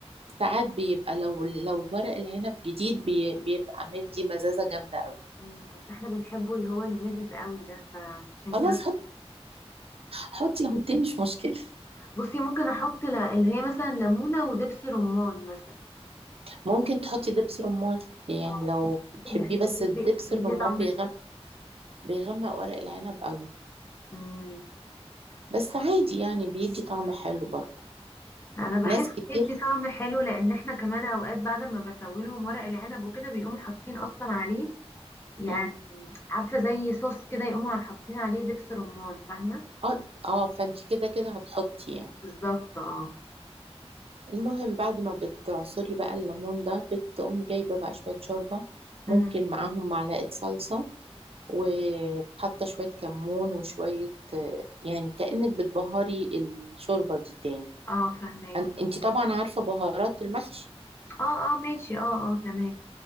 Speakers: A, on the right; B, on the left.
A: ساعات بيبقى لو لو ورق العنب جديد بي... بيبقى مدي مزازه جامده قوي
B: مم، بس احنا بنحبه اللي هو المزز قوي ده فعشان
A: خلاص
B: كده
A: حطي حطي ليمونتين مش مشكله
B: بصي ممكن احط ل- اللي هي مثلا ليمونة ودبس رمان مثلا
A: ممكن تحطي دبس رمان يعني
B: اه
A: لو
B: ممكن
A: تحبيه
B: بحسه
A: بس
B: بيدي
A: الدبس
B: بيدي
A: الرمان
B: طعم
A: بيغم...
B: حلو
A: بيغمق ورق العنب قوي
B: مم.
A: بس عادي يعني بيدي طعم حلو برضه
B: انا بحس
A: ناس كتير
B: بيدي طعم حلو لان احنا كمان اوقات بعد ما بسوي لهم ورق العنب وكده بيقوموا حاطين اصلا عليه يعني
A: مم.
B: عارفة زي صوص كده يقوموا حاطين عليه دبس رمان فاهمة
A: اه اه فانت كده كده هتحطي يعني
B: بالظبط اه
A: المهم بعد ما بتعصري بقى الليمون ده بتقومي جايبه بقى شويه شوربه
B: مم.
A: ممكن معاهم معلقه صلصه وحاطه شويه كمون وشويه آه، يعني كأنك بتبهري الشوربه دي تاني
B: اه فهماكي
A: أن- انت طبعا عارفه بهارات المحشي
B: اه اه ماشي اه اه تمام